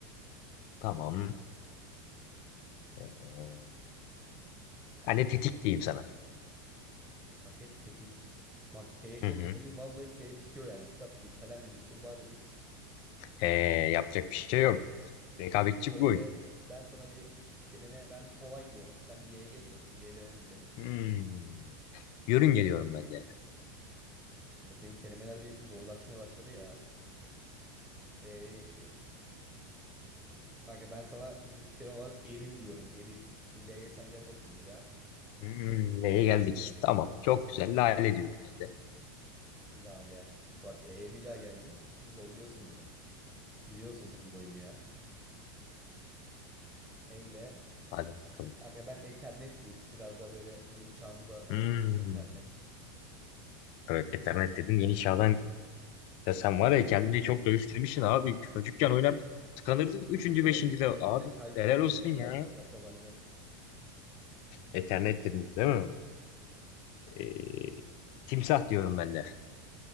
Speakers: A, on the left (about 55°); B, in the centre.
A: Tamam. Ee, Ben tetik diyeyim sana.
B: Raket tetik. Bak K'ye çok
A: Hı hı.
B: geldim. Vallahi K bitiyor yani. Kitap dedik, kalem dedik, kurbağa dedik.
A: Ee, yapacak bir şey yok. Rekabetçi
B: K
A: bir
B: ile
A: oyun.
B: ben sana bir kelime ben kolay diyorum. Sen Y'ye geç bakayım. Y'de ne diyeceksin?
A: Hmm. Yörün geliyorum ben de.
B: Kanka Senin kelimeler bir zorlaşmaya başladı ya. E'ye geçtik. Kanka ben sana lüf kelime olarak eril diyorum. Eril. Bir L'ye sen gel bakayım bir daha.
A: Hmm, neye geldik? Tamam. Çok güzel. Lale diyorum ben de.
B: Lale. Bak E'ye bir daha geldin. Zorluyorsun beni. Biliyorsun sen bu oyunu ya. Eyle.
A: Hadi bakalım.
B: Kanka ben Ethernet diyeyim. Biraz daha böyle yeni çağımıza ayak
A: Hmm.
B: uyuyorum Ethernet.
A: Evet, Ethernet dedin. Yeni çağdan ya sen var ya kendini çok dövüştürmüşsün abi. Çocukken oynardık. Tıkanırdık. Üçüncü,
B: Çocukken
A: beşinci
B: hep
A: de.
B: çocukken
A: Abi
B: hep kay kaybediyordum
A: helal olsun ya.
B: ya. Bu sefer kazanacağım.
A: Ethernet dedin değil mi? Ee, timsah diyorum ben de.